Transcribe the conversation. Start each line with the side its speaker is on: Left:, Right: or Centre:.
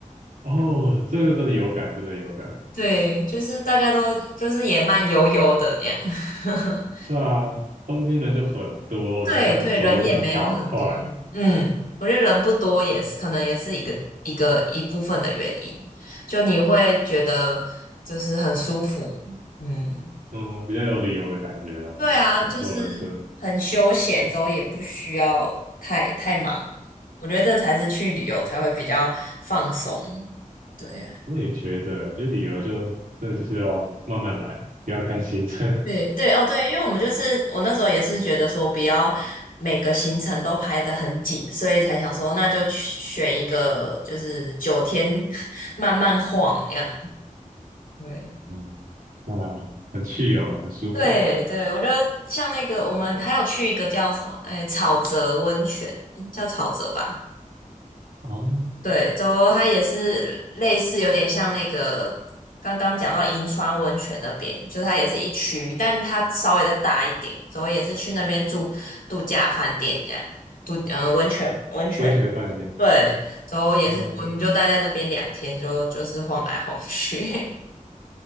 Right: 哦，这个真的有感，真的有感。
Left: 对，就是大家都就是也慢悠悠的这样。<laughs>
Right: 对啊，东京人就很多，
Left: 对对，
Right: 然后大家走路真的好快，
Left: 人也没有很多，嗯，我觉得人不多也是可能也是一个一个一部分的原因，就你会觉得就是很舒服，嗯，
Right: 嗯，比较有旅游的感觉啦，
Left: 对啊，
Right: 嗯享受人生。
Left: 就是很休闲，之后也不需要太太忙，我觉得这才是去旅游才会比较放松，对呀。
Right: 我也觉得，就是旅游就真的就是要慢慢来，不要赶行程。
Left: 对对哦，对，因为我们就是我那时候也是觉得说不要每个行程都排得很紧，所以才想说那就去选一个就是九天 <laughs> 慢慢晃这样。对
Right: <laughs> 嗯，对啊，很去哦，很舒服。
Left: 对对，我觉得像那个我们还有去一个叫什么，诶，草泽温泉，叫草泽吧。
Right: 哦，
Left: 对，走后它也是类似，有点像那个刚刚讲到银川温泉那边，就它也是一区，但它稍微的大一点。走后也是去那边住度假饭店这样，度嗯、呃、温泉温泉
Right: 温泉饭店。
Left: 对，走后也是我们就待在那边两天就就是晃来晃去，
Right: 哦，